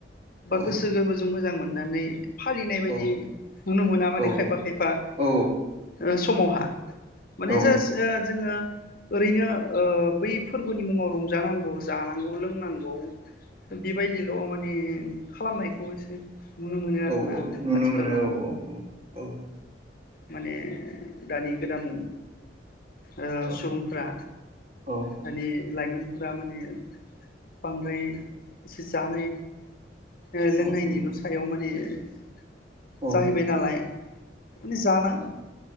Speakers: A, on the left; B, on the right.
A: बा
B: औ
A: गोसो गोरबोजों मोजां मोनो अननानै फालिनाय बायदि
B: औ
A: नुनो मोना माने
B: औ
A: खायफा खायफा
B: औ
A: ओ समावहा माने
B: औ
A: जास ओ जोङो। ओरैनो ओ बै फोरबोनि मुङाव रंजानांगौ जानांगौ लोंनांगौ। बेबायदिल' माने खालामनायखौ एसे नुनो मोनो आरोना
B: औ औ नुनो
A: आथिखालाव
B: मोनो औ औ औ औ
A: माने दानि गोदान ओ
B: औ
A: सुबुंफोरा
B: औ
A: माने लाइमोनफोरा माने बांद्राय एसे जानाय ओ लोंनायनिल'
B: औ औ
A: सायाव माने <inaudible>
B: औ
A: जाहैबाय नालाय माने जाना